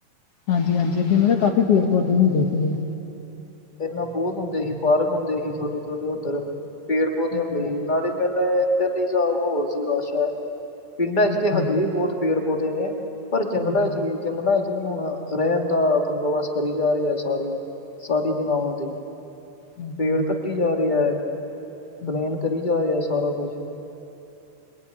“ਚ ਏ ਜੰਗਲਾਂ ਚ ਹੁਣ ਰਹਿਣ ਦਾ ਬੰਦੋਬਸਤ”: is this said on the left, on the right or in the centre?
Left